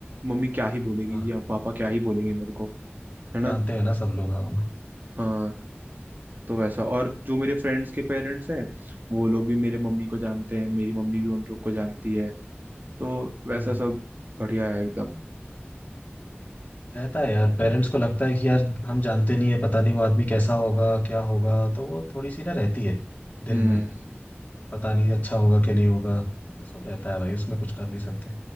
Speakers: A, on the right (about 50°); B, on the left (about 35°).
A: मम्मी क्या ही बोलेगी
B: हाँ
A: या पापा क्या ही बोलेंगे मेरे को है ना
B: जानते हैं ना सब लोग हाँ
A: हाँ तो वैसा और जो मेरे फ्रेंड्स के पेरेंट्स हैं वो लोग भी मेरे मम्मी को जानते हैं मेरी मम्मी भी उन लोग को जानती है तो वैसा
B: हम्म
A: सब बढ़िया है एकदम
B: रहता है यार पेरेंट्स को लगता है कि यार हम जानते नहीं है पता नहीं वो आदमी कैसा होगा क्या होगा तो वो थोड़ी सी ना रहती है
A: हम्म
B: दिल में पता नहीं अच्छा होगा कि नहीं होगा तो वो सब रहता है भाई उसमें कुछ कर नहीं सकते